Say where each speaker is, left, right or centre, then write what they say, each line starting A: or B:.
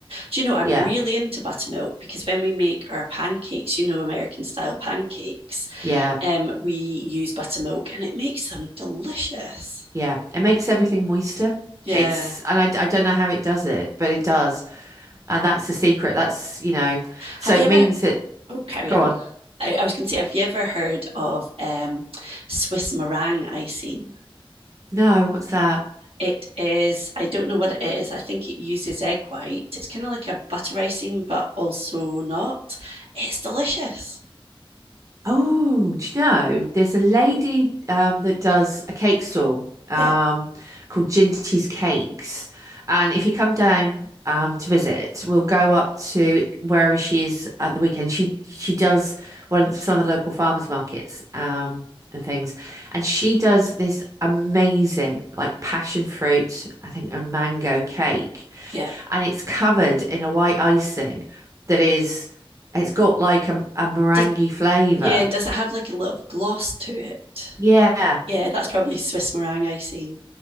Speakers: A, on the right; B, on the right.
A: Do you know I'm
B: Yeah.
A: really into buttermilk because when we make our pancakes, you know, American style pancakes,
B: Yeah,
A: um, we use buttermilk and it makes them delicious.
B: yeah. It makes everything moister.
A: Yeah.
B: It's, and I, I don't know how it does it, but it does. And that's the secret. That's, you know, so
A: Have
B: it
A: you ever
B: means that,
A: Oh, carry
B: go
A: on.
B: on.
A: I, I was going to say, have you ever heard of um, Swiss meringue icing?
B: No, what's that?
A: It is, I don't know what it is. I think it uses egg white. It's kind of like a butter icing, but also not. It's delicious.
B: Oh, do you know, there's a lady um, that does a cake stall um,
A: Yeah,
B: called Ginty's Cakes. And if you come down um, to visit, we'll go up to wherever she is at the weekend. She she does one of the, some of the local farmers markets um, and things. And she does this amazing like passion fruit, I think, and mango cake.
A: yeah.
B: And it's covered in a white icing that is, it's got like a, a meringue
A: Does,
B: flavor.
A: yeah, and does it have like a little gloss to it?
B: Yeah,
A: Yeah, that's probably Swiss meringue icing.